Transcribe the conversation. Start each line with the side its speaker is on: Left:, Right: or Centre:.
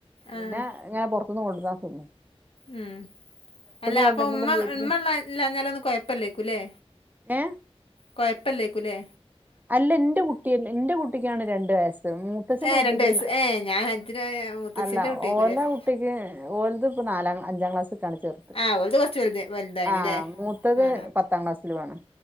Right: പിന്നെ
Left: ആഹ്
Right: ഇങ്ങനെ പൊറ്ത്ത്ന്നു കൊണ്ടര് രാക്കുന്ന
Left: ഉം അല്ല
Right: കൊണ്ടെരുന്നതും
Left: അപ്പൊ ഉമ്മ
Right: വീട്ടില്
Left: ഉമ്മള്ളല്ലഞ്ഞാലൊന്നും കൊഴപ്പല്ലേക്കൂല്ലേ
Right: ഏഹ
Left: കൊഴപ്പല്ലേക്കുലേ
Right: അല്ല ഇന്റക്കുട്ട്യല് ഇന്റകുട്ടിക്കാണ് രണ്ട് ട് വയസ് മൂത്തച്ഛൻറെ
Left: ഏ
Right: കുട്ടിക്ക്
Left: രണ്ട് വയസ്സ് ഏ ഞാൻ ഇതിന് മുത്തച്ഛിന്റെ
Right: അല്ല
Left: കുട്ടിയേക്കും
Right: ഓല
Left: വിചാരിച്ച്
Right: കുട്ടിക്ക് ഓല്ത് ഇപ്പ നാലാം അഞ്ചാം ക്ലാസ്ക്കാണ് ചേർത്
Left: ആ ഓലത് കൊറച്ച് വലുത് വലുതായിണ്ല്ലേ
Right: ആഹ് മൂത്തത്
Left: ആ
Right: പത്താം ക്ലാസില്യോണ്